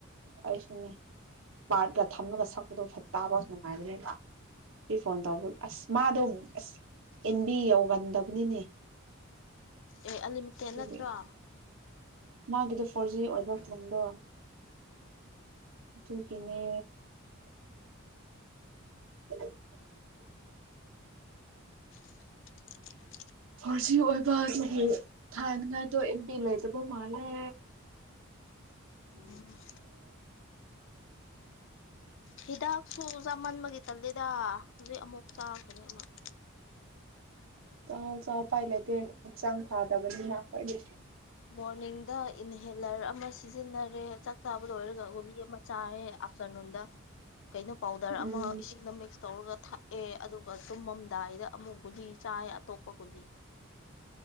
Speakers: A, on the right; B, on the left.
A: ꯑꯩꯁꯨꯅꯦ ꯄꯥꯔꯠꯀ ꯊꯝꯃꯒ ꯁꯛꯄꯗꯣ ꯐꯠ ꯇꯥꯕ ꯅꯨꯡꯉꯥꯏꯕꯅꯦꯕ ꯁꯤ ꯐꯣꯟ ꯇꯧꯕ ꯑꯁ ꯃꯥꯗꯧꯅꯤ ꯑꯁ ꯑꯦꯟꯕꯤ ꯌꯧꯒꯟꯗꯕꯅꯤꯅꯦ
B: ꯑꯦ ꯑꯟꯂꯤꯃꯤꯇꯦꯠ
A: ꯑꯗꯨꯒꯤ
B: ꯅꯠꯇ꯭ꯔꯣ
A: ꯃꯥꯒꯤꯗꯣ ꯐꯣꯔ ꯖꯤ ꯑꯣꯏꯕ ꯐꯣꯟꯗꯣ ꯇꯨꯡ ꯀꯅꯦ <unintelligible>
B: <unintelligible>
A: ꯍꯣꯔꯖꯤ ꯑꯣꯏꯕ ꯑꯗꯨꯒꯤ ꯊꯉꯥꯏꯗꯣ ꯑꯦꯝꯕꯤ ꯂꯩꯗꯕ ꯃꯥꯜꯂꯦ
B: ꯎꯝ ꯍꯤꯗꯥꯛꯁꯨ ꯆꯥꯃꯟꯕꯒꯤ ꯇꯜꯂꯤꯦꯗ ꯍꯧꯖꯤꯛ ꯑꯃꯨꯛ ꯆꯥꯈꯅꯤ ꯑꯃꯨꯛ
A: ꯆꯥꯎ ꯆꯥꯎ ꯄꯥꯏꯂꯠꯇ ꯆꯥꯡ ꯐꯥꯗꯒꯟꯅꯥꯈꯗ
B: ꯃꯣꯔꯅꯤꯡꯗ ꯏꯟꯍꯦꯂꯔ ꯑꯃ ꯁꯤꯖꯤꯟꯅꯔꯦ ꯆꯕꯗ ꯑꯣꯏꯔꯒꯒꯣ ꯃꯆꯥꯥꯑꯦ ꯑꯐꯁꯔꯅ ꯍꯗ ꯀꯩꯅꯣ ꯄꯥꯎꯗꯔ
A: ꯎꯝ
B: ꯑꯃ ꯏꯁꯤꯡꯅ ꯃꯤꯛꯁ ꯇꯧꯔꯒ ꯊꯛꯑꯦ ꯑꯗꯨꯒ ꯆꯨꯝꯃꯝꯗꯥꯏꯗ ꯑꯃꯨꯛ ꯒꯨꯂꯤ ꯆꯥ ꯑꯇꯣꯄꯒꯨꯂꯤ